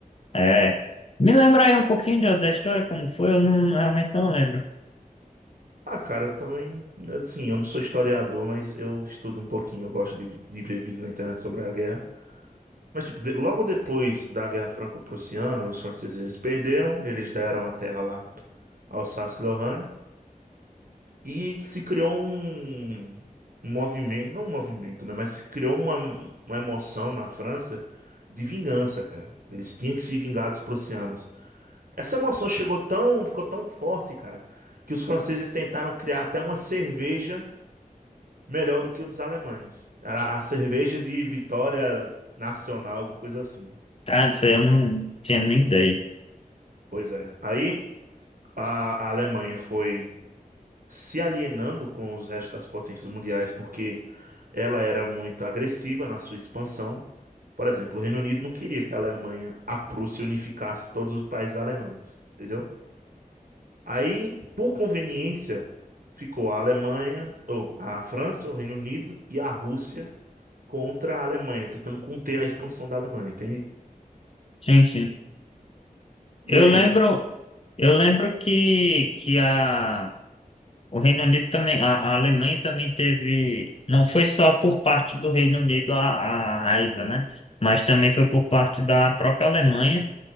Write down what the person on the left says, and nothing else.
É. Me lembra aí um pouquinho da da história, como foi, eu não, realmente não lembro.
Tá, não sei, eu não tinha nem ideia.
Sim, sim.
Eu
lembro, eu lembro que, que a, o Reino Unido também, a, a Alemanha também teve, não foi só por parte do Reino Unido a, a raiva, né? Mas também foi por parte da própria Alemanha,